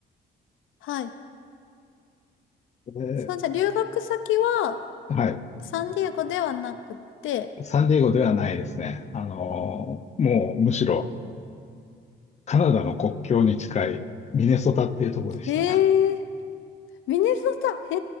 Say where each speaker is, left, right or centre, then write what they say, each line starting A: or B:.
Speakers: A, on the left (about 80°); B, on the left (about 35°).
A: はい。
B: で、
A: そう、じゃあ、留学先は、
B: はい。
A: サンディエゴではなくて、
B: サンディエゴではないですね。あの、もうむしろカナダの国境に近いミネソタっていうところでした。
A: えー、ミネソタ、へ